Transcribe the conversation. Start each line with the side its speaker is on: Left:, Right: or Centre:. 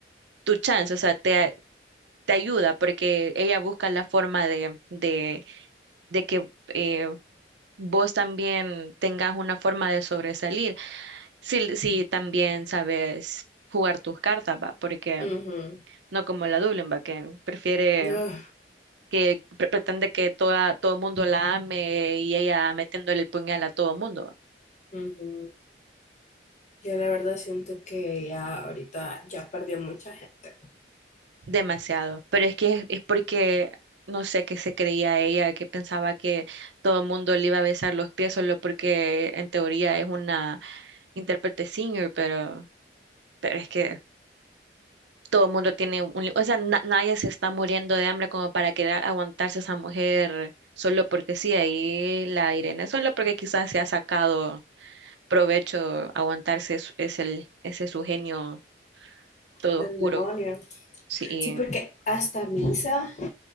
Right: tu chance, o sea, te, te ayuda porque ella busca la forma de, de, de que... eh, vos también tengas una forma de sobresalir, si, si también sabes jugar tus cartas, ¿va? Porque
Left: ujú.
Right: no como la Dublinba, que prefiere,
Left: No,
Right: que pre- pretende que toda, todo el mundo la ame y ella metiéndole el puñal a todo el mundo.
Left: ujú. Yo la verdad siento que ya ahorita ya perdió mucha gente.
Right: Demasiado. Pero es que es, es porque, no sé qué se creía ella, que pensaba que todo el mundo le iba a besar los pies solo porque en teoría es una intérprete senior, pero, pero es que todo el mundo tiene un... li- O sea, na- nadie se está muriendo de hambre como para querer aguantarse a esa mujer. Solo porque sí, ahí la Irene, solo porque quizás se ha sacado provecho aguantarse es, es el, ese su genio todo
Left: El
Right: oscuro.
Left: demonio.
Right: Sí,
Left: Sí, porque hasta misa